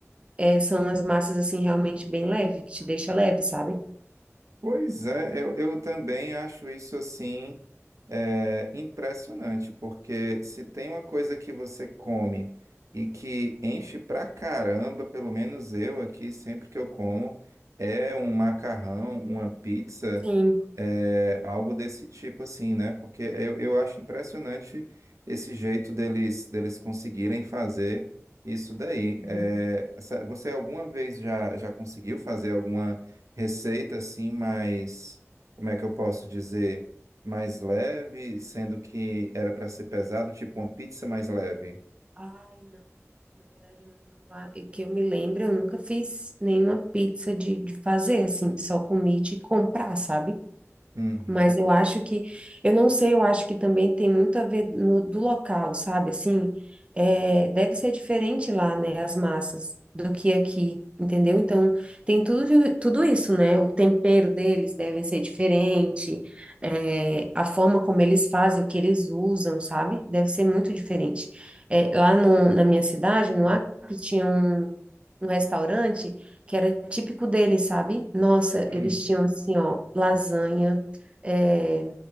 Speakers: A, on the right; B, on the right.
A: é, são as massas assim realmente bem leve, que te deixa leve, sabe?
B: Pois é, eu, eu também acho isso assim é, impressionante, porque se tem uma coisa que você come e que enche pra caramba, pelo menos eu aqui, sempre que eu como, é um macarrão, uma pizza,
A: Sim.
B: é, algo desse tipo assim, né? Porque eu, eu acho impressionante esse jeito deles, deles conseguirem fazer isso daí.
A: Uhum.
B: É, essa- você alguma vez já, já conseguiu fazer alguma? receita assim mais, como é que eu posso dizer, mais leve, sendo que era para ser pesado, tipo uma pizza mais leve.
A: Ai, não. Na verdade, eu nunca, lá- e que eu me lembro, eu nunca fiz nenhuma pizza de, de fazer, assim, só comi de comprar, sabe?
B: Uhum,
A: Mas eu acho que, eu não sei, eu acho que também tem muito a ver no, do local, sabe? Assim, é, deve ser diferente lá, né? As massas do que aqui, entendeu? Então, tem tudo, tudo isso, né? O tempero deles deve ser diferente, é, a forma como eles fazem, o que eles usam, sabe? Deve ser muito diferente. É, lá no- na minha cidade, no Acre, tinha um restaurante que era típico deles, sabe? Nossa,
B: uhum,
A: eles tinham assim, ó, lasanha, é,